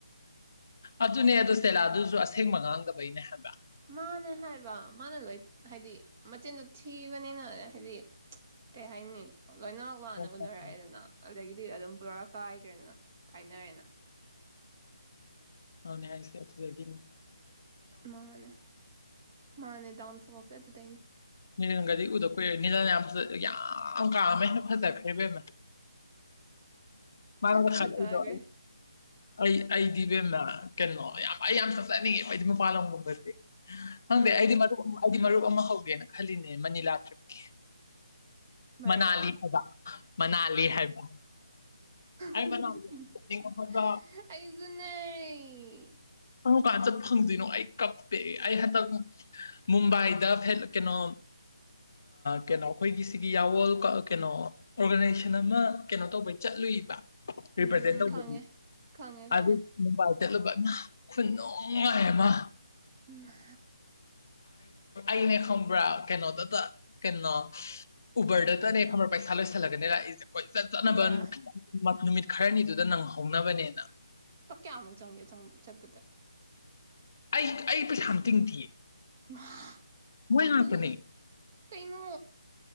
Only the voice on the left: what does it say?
ꯑꯗꯨꯅꯦ ꯑꯗꯨꯗꯣ ꯁꯦꯂꯥꯗꯨꯁꯨ ꯑꯁꯦꯡꯕ ꯉꯥꯡꯗꯕꯩꯅꯦ ꯍꯥꯏꯕ
ꯍꯣꯏ
ꯍꯣꯏ ꯍꯣꯏ
ꯑꯗꯨꯅꯦ ꯍꯥꯏꯁꯤ ꯒꯅꯦ
ꯅꯤꯔꯟꯒꯗꯤ ꯎꯗ ꯀꯨꯏꯔꯦ ꯅꯤꯔꯟ ꯌꯥꯝ ꯐꯖ ꯌꯥꯝ ꯀꯥꯝꯃꯦ ꯍꯦꯟꯅ ꯐꯖꯈ꯭ꯔꯦ ꯑꯦꯕ ꯃꯥ ꯃꯥ
ꯈꯂ ꯑꯩꯗꯣ ꯑꯩ ꯑꯩ ꯑꯩꯗꯤ ꯏꯕꯦꯝꯅ ꯀꯩꯅꯣ ꯌꯥꯝ ꯑꯩ ꯌꯥꯝ ꯆꯠꯆꯠꯅꯤꯡꯉꯦ ꯃꯗꯤ ꯃꯄꯥꯟ ꯂꯝꯒꯨꯝꯕꯁꯦ ꯍꯪꯗ
ꯑꯩꯗꯤ ꯃꯔ ꯑꯩꯗꯤ ꯃꯔ ꯇ ꯑꯃ ꯍꯧꯒꯦꯅ ꯈꯜꯂꯤꯅꯦ ꯃꯅꯤꯂꯥ ꯇ꯭ꯔꯤꯞꯀꯤ
ꯃꯅꯥꯂꯤ ꯍꯥꯏꯕ ꯃꯅꯥꯂꯤ ꯍꯥꯏꯕ
ꯑꯩ ꯃꯅꯥꯎ ꯌꯥꯝ ꯇꯧꯅꯤꯡꯕ ꯍꯣꯠꯕ ꯀꯔꯝ ꯀꯥꯟ ꯆꯠꯄ ꯐꯪꯗꯣꯏꯅꯣ ꯑꯩ ꯀꯞꯄꯦ ꯑꯩ ꯍꯟꯗꯛ ꯃꯨꯝꯕꯥꯏꯗ ꯀꯩꯅꯣ ꯀꯩꯅꯣ ꯑꯩꯈꯣꯏꯒꯤ ꯁꯤꯒꯤ ꯌꯥꯋꯜ ꯀꯩꯅꯣ ꯑꯣꯔꯒꯅꯥꯏꯖꯦꯁꯟ ꯑꯃ ꯀꯩꯅꯣ ꯇꯧꯕꯩ ꯆꯠꯂꯨꯏꯕ
ꯔꯤꯄ꯭ꯔꯖꯦꯟ
ꯇꯧꯕ
ꯑꯗꯨ ꯃꯕꯥ ꯆꯠꯂꯨꯕꯅ ꯈꯨꯟ ꯅꯨꯡꯉꯥꯏꯃ
ꯑꯅꯦ ꯈꯪꯕ꯭ꯔꯥ ꯀꯩꯅꯣꯗꯇ ꯀꯩꯅꯣ ꯎꯕꯔꯗꯇꯅꯦ ꯈꯪꯕ꯭ꯔꯥ ꯄꯩꯁꯥ ꯂꯣꯏꯁꯜꯂꯒꯅꯤ ꯂꯥꯛꯏꯁꯦ ꯀꯣꯏꯆꯠ ꯆꯠꯅꯕꯟ
ꯅꯨꯃꯤꯠ ꯈꯔꯅꯤꯗꯨꯗ ꯅꯪ ꯍꯧꯅꯕꯅꯦꯅ
ꯑꯩ ꯄꯩꯁꯥ ꯑꯃꯥ ꯇꯤꯡꯗꯤꯌꯦ
ꯃꯣꯏ
ꯉꯥꯛꯇꯅꯦ